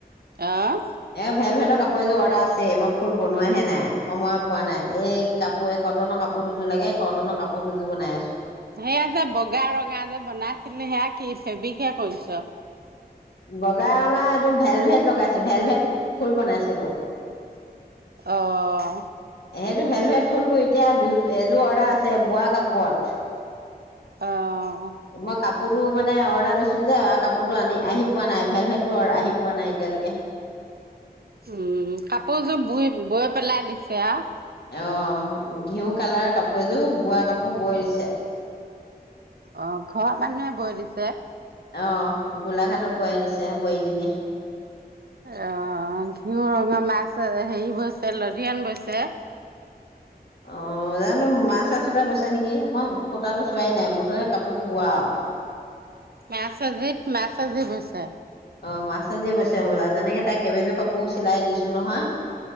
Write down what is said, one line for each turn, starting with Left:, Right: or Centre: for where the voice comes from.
Right: আহ
Left: এ ভেল ভেটৰ কাপোৰ এযোৰ অৰ্ডাৰ আছেই মই ফুল বনোৱাহে নাই সময় পোৱা নাই এই কাপোৰ এই কটনৰ কাপোৰ দুযোৰ লাগে কটনৰ কাপোৰ দুযোৰ বনাই আছো
Right: সেয়া যে বগা ৰঙা যে বনাইছিলি সেয়া কি ফেব্ৰিকহে কৰিছ?
Left: বগা ৰঙা এইটো ভেল ভেদ লগাইছে ভেল ভেট ফুল বনাইছিলো
Right: অহ।
Left: সেইটো ভেলভেট ফুলটো এতিয়া দু এযোৰ অৰ্ডাৰ আছে বোৱা কাপোৰত
Right: অ
Left: মই কাপ সো মানে অৰ্ডাৰ যে কাপোৰতটো আনি আহি পোৱা নাই ভেল ভেটো আহি পোৱা নাই এতিয়ালৈকে।
Right: উম, কাপোৰযোৰ বুই ব পেলাই দিছে আৰু
Left: আহ ঘিউ কালাৰ কাপোৰ এযোৰ বোৱা কাপোৰ বৈ দিছে।
Right: অ ঘৰৰ মানুহে বৈ দিছে।
Left: অ গোলাঘাটৰ বোৱাৰী আনিছে বোৱাৰীজনী
Right: অ ঘিউ ৰঙা মাছ হেৰি বৈছে লৰিয়ান বৈছে।
Left: অ জানো মা চা চোত বৈছে নেকি মই সুতটো চোৱাই নাই মুঠতে কাপোৰযোৰ বোৱা আৰু
Right: <unintelligible>
Left: অ <unintelligible> হবলা তেনেকে তাই কেইবাযোৰ কাপোৰ চিলাই দিছো নহয়।